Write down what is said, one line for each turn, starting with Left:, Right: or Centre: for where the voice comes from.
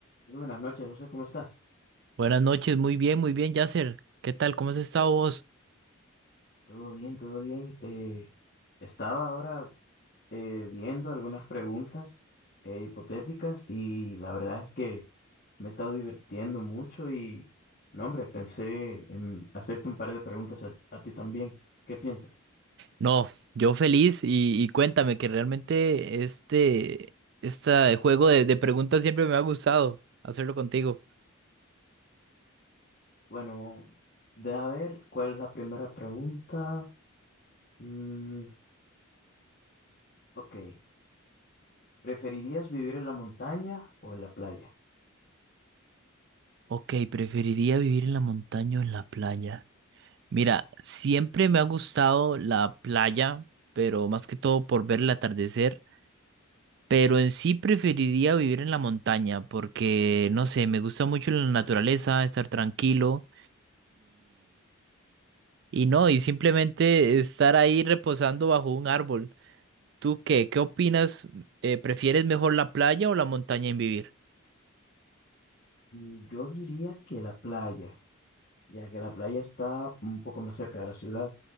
Left: Muy buenas noches, José, ¿cómo estás?
Right: Buenas noches, muy bien, muy bien, Yasser. ¿Qué tal? ¿Cómo has estado vos?
Left: Todo bien, todo bien. Eh, estaba ahora eh, viendo algunas preguntas eh, hipotéticas y la verdad es que me he estado divirtiendo mucho y, no, hombre, pensé en hacerte un par de preguntas a, a ti también. ¿Qué piensas?
Right: No, yo feliz y, y cuéntame que realmente este, este juego de, de preguntas siempre me ha gustado hacerlo contigo.
Left: Bueno, de a ver, ¿cuál es la primera pregunta? Mm, ok, ¿preferirías vivir en la montaña o en la playa?
Right: Ok, preferiría vivir en la montaña o en la playa. Mira, siempre me ha gustado la playa, pero más que todo por ver el atardecer. Pero en sí preferiría vivir en la montaña porque, no sé, me gusta mucho la naturaleza, estar tranquilo Y no, y simplemente estar ahí reposando bajo un árbol. ¿Tú qué? ¿Qué opinas? Eh, ¿prefieres mejor la playa o la montaña en vivir?
Left: Mm, Yo diría que la playa. ya que la playa está un poco más cerca de la ciudad.